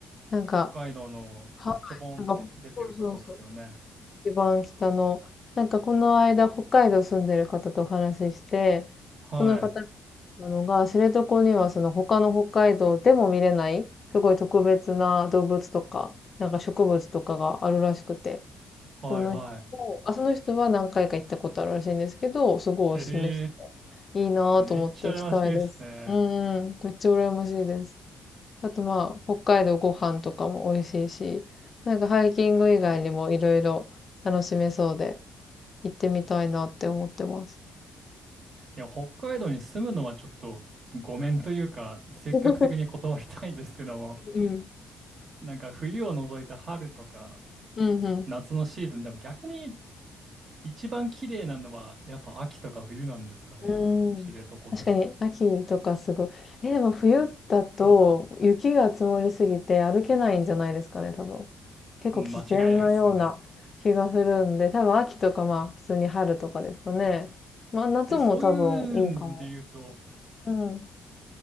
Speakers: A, on the left; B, on the right.
A: なんか、
B: 北海道のちょこんって出てるとこっすよね。
A: はい。なんか、そうそうそう。一番北の、なんかこの間北海道住んでる方とお話しして、
B: はい。
A: その方が言ってたのが、知床にはその他の北海道でも見れない、すごい特別な動物とか、なんか植物とかがあるらしくて、
B: はいはい。
A: その人も、あ、その人は何回か行ったことあるらしいんですけど、すごいおすすめしてて、
B: へえ。
A: いいなぁと思って行きたいです。
B: めっちゃ羨ましいですね。
A: うんうん、めっちゃ羨ましいです。あとまあ、北海道ご飯とかも美味しいし、なんかハイキング以外にもいろいろ楽しめそうで、行ってみたいなって思ってます。
B: いや、北海道に住むのはちょっとごめんというか、積極的に断りたいんですけども、
A: <laughs> うん。
B: なんか冬を除いた春とか
A: うん、うん。
B: 夏のシーズン、でも逆に一番綺麗なのはやっぱ秋とか冬なんですかね。
A: う
B: 知床でも。
A: ん。確かに、秋とかすごい。え、でも冬だと雪が積もりすぎて歩けないんじゃないですかね、
B: うん
A: 多分。結構危険なような気がするんで、
B: 間違いないですよね。
A: 多分秋とかまあ、普通に春とかですかね。まあ、夏も多分いいかも。
B: え、そういうんで言うと、
A: うん。